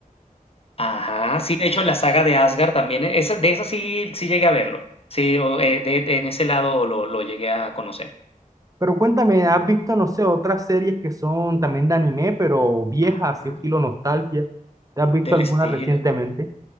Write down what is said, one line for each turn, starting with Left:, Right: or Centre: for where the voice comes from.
Left: ajá, sí, de hecho, la saga de Asgard también, eh, esa, de esa sí, sí llegué a verlo. Sí, o, eh, de- de- en ese lado lo, lo llegué a conocer.
Right: Pero cuéntame, ¿has visto, no sé, otras series que son también de anime, pero viejas,
Left: Ajá,
Right: así estilo nostalgia? ¿Te has visto
Left: del
Right: alguna
Left: estilo.
Right: recientemente?